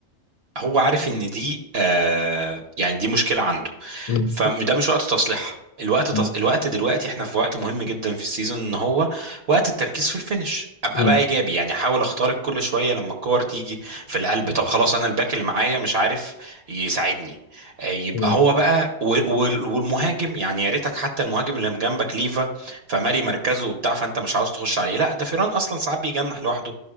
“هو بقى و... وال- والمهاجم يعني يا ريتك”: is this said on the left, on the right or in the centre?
Right